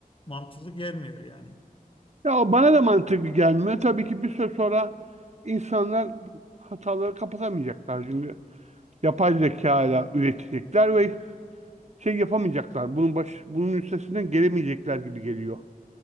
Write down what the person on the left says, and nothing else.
mantıklı gelmiyor yani.